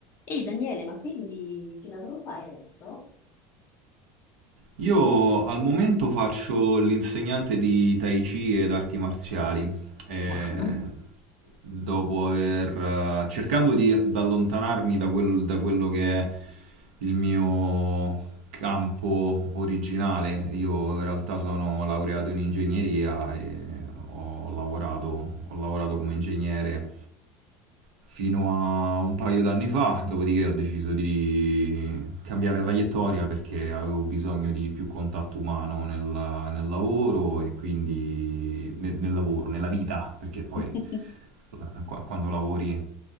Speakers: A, on the left; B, on the right.
A: Ehi Daniele, ma quindi che lavoro fai adesso?
B: Io al momento faccio l'insegnante di Tai Chi ed arti marziali, eh,
A: Wow.
B: dopo aver, eh, cercando di di allontanarmi da, quel- da quello che è il mio campo originale. Io in realtà sono laureato in ingegneria e ho lavorato, ho lavorato come ingegnere fino a un paio d'anni fa, dopodiché ho deciso di cambiare traiettoria perché avevo bisogno di più contatto umano nella- nel lavoro e quindi ne- nel lavoro, nella vita, perché poi
A: <laughs>
B: la- qua- quando lavori